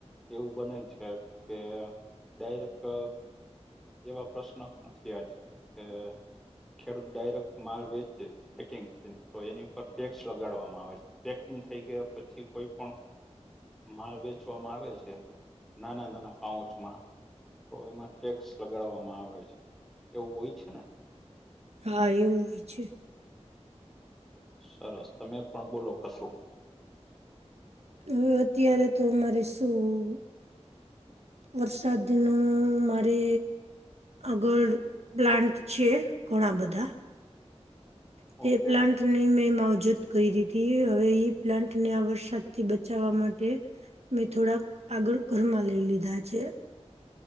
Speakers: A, in the centre; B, on the right (about 65°).
A: એવું બને છે કે ડાયરેક્ટ- એવા પ્રશ્ન નથી આજ કે ખેડૂત ડાયરેક્ટ માલ વેચે. પેકિંગ કરીને તો એની પર ટેક્સ લગાડવામાં આવે છે. પેકિંગ થઈ ગયા, પછી કોઈ પણ માલ વેચવામાં આવે છે, નાના નાના પાઉચમાં. તો એમાં ટેક્સ લગાડવામાં આવે છે. એવું હોય છે ને?
B: હા, એવું જ છે.
A: સરસ. તમે પણ બોલો કશો?
B: હ અત્યારે તો મારે શું? વરસાદ નુ મારે આગળ પ્લાન્ટ છે. ઘણા બધા તે
A: ઓકે
B: પ્લાંન્ટ ની મેં માવજૂત કરી દીધી. હવે, એ પ્લાન્ટને આ વરસાદથી બચાવવા માટે મેં થોડાક આગળ ઘરમાં લઈ લીધા છે.